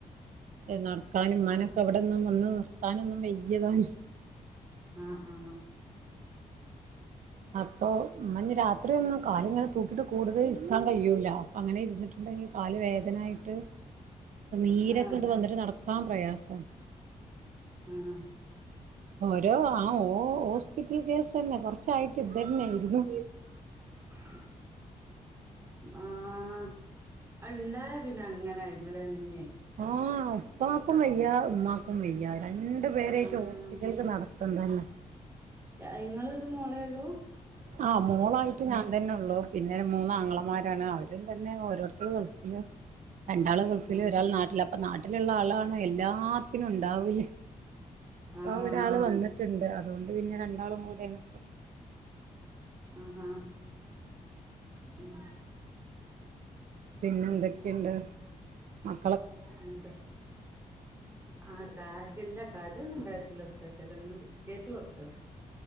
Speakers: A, on the right; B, on the right.
A: ഏ നടക്കാനും ഇമ്മാനൊക്കെ ഇവിടെന്നും വന്ന് നിർത്താനൊന്നും വയ്യ താനും
B: ആഹ ആഹ
A: അപ്പൊ മമ്മഞ് രാത്രി ഒന്നും കാല്ങ്ങനെ തൂക്കിട്ട് കൂടുതല് ഇര്ക്കാ ൻ കയ്യുല അപ്പൊ അങ്ങനെ ഇര്ന്ന് ണ്ടെങ്കി കാല് വേദനായിട്ട്
B: <unintelligible>
A: നീരൊക്കെ
B: ആഹ്
A: ങ്ങട്ട് വന്നിട്ട് നടക്കാൻ പ്രയാസ.
B: ആഹ
A: ഓരോ ആ ഓ ഹോസ്പിറ്റൽ കേസന്നെ കൊറച്ചായിട്ട് ഇതന്നായിരുന്നു
B: <unintelligible> ആഹ അഹ് അത്ണ്ടായ രപിന്നെ അങ്ങനെ അയി്മലന്നെ.
A: ആഹ പ്പാക്കും വെയ്യ മ്മക്കും? ക്കും വയ്യ രണ്ടു പേരായിട്ട്
B: ആഹ്
A: ഹോസ്പിറ്റലക്ക് നടത്തം തന്നെ
B: എ ങ്ങൾ ഒരു മോളെ ള്ളൂ?
A: ആഹ് മോളായിട്ട് ഞാൻ തന്നെ ള്ളോ പിന്നെ മൂന്നാംങ്ങളമാരാണ് അവരും തന്നെ ഓരോരുത്തും ഗൾഫില് രണ്ടാള് ഗൾഫില്
B: ആഹ്
A: ഒരാൾ നാട്ടില്, അപ്പൊ നാട്ടിലുള്ള ആളാണ് എല്ലാത്തിനും ഉണ്ടാവല്.
B: ആഹ്
A: ഓ ഒരാള്
B: അതെ
A: വന്നിട്ടുണ്ട് അതുകൊണ്ട് പിന്നെ രണ്ടാളും കൂടൊണ് ഇപ്പം.
B: ആഹ്ഹ മം
A: പിന്നെ എന്തൊക്കെയുണ്ട്? മം
B: എന്താ ആഹ് ചായക്കില്ല കടിയൊന്നും ഇണ്ടാക്കില്ല പക്ഷേല ഇന്ന് ബിസ്കറ്റ് കൊടുത്തു